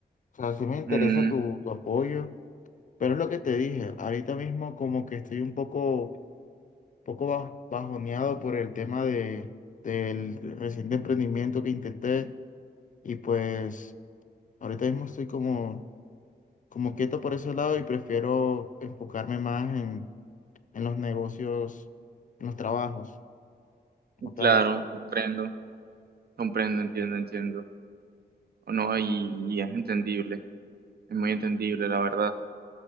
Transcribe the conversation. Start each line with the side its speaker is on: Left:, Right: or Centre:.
Left: O sea, sí me interesa
Right: Mm,
Left: tu, tu apoyo, pero es lo que te dije, ahorita mismo como que estoy un poco, poco baj- bajoneado por el tema de, del reciente emprendimiento que intenté y pues ahorita mismo estoy como, como quieto por ese lado y prefiero enfocarme más en, en los negocios, en los trabajos como tal.
Right: claro, comprendo, comprendo, entiendo, entiendo. O no, y, y es entendible, es muy entendible, la verdad.